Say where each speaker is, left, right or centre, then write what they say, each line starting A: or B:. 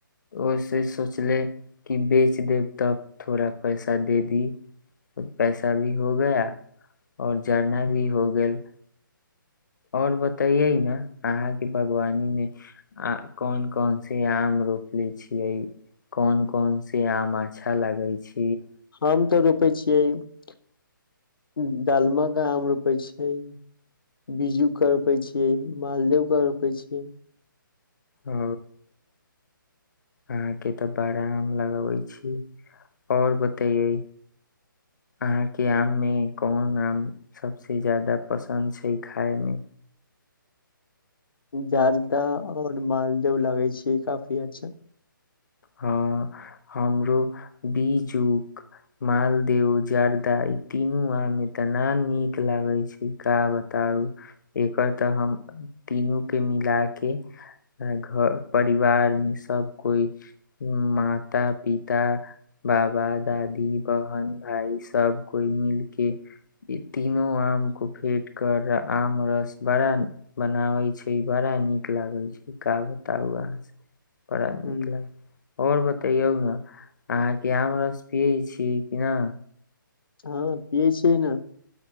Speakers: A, on the left; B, on the left.
A: ओ से सोचले कि बेच देब तब थोड़ा पैसा दे दी पैसा भी हो गया और जड़ना भी हो गेल आओर ब ते ये ने अहां के बागवानी मे कोन कोन से आम रोपले छीिये कोन कोन से आम अच्छा लगे छै
B: हम तऽ रोपै छियै डालमाके आम रोपै छियै बिज्जूके रोपै छियै मालदेहके रोपै छियै
A: ओ अहाँके तऽ बड़ा आम लगाबै छी आओर बतैयै अहाँके आम मे कोन आम सबस जादा पसन्द छै खाायमे
B: जदा आओर मालदेव लगै छै काफी अच्छा
A: हँ हमरो बीजुक मालदेव जर्दा ई तीनू आम मे तऽना नीक लागै छै का बताउ एकर तऽ हम तीनू के मिला के घर परिवार मे सब कोइ माता पिता बाबा दादी बहन भााय सब कोइ मिल के तीनो आम को फेट कर आम रस बड़ा बनाबै छै बड़ा नीक लागे छै का बताउ अहाँ बड़ा नीक
B: ह
A: लागय आओर बतैयौ ने अहाँके आम रस पियै छी कि ना
B: हँ पियै छिय न